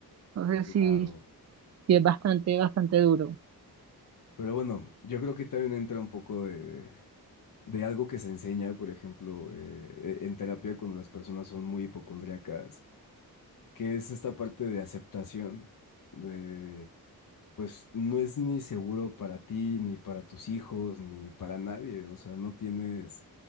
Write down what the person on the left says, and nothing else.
claro.
Pero bueno, yo creo que también entra un poco de, de algo que se enseña, por ejemplo, eh, e- en terapia cuando las personas son muy hipocondríacas, que es esta parte de aceptación, de pues no es ni seguro para ti, ni para tus hijos, ni para nadie, o sea, no tienes